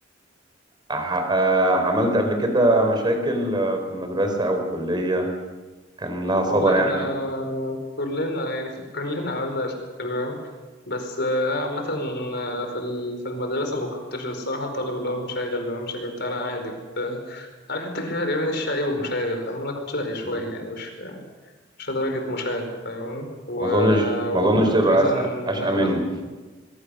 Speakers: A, on the right; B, on the left.
A: ح- آه، عملت قبل كده مشاكل آه، في المدرسة أو الكلية كان لها صدى
B: والله
A: يعني
B: احنا كلنا يعني <laughs> كلنا عملنا مشاكل فاهم بس آه، عامة آه، في ال- في المدرسة ما كنتش الصراحة الطالب اللي هو المشاغب بقى المشاغب بتاع لا عادي كنت آه، عارف انت في فرق بين الشقي والمشاغب فاهم انا كنت شقي شوية
A: مم.
B: يعني مش مش لدرجة مشاغب فاهمني و...
A: ما أظنش
B: وكنت
A: ما أظنش تبقى
B: مثلا
A: أس- أشقى مني
B: آه، مت...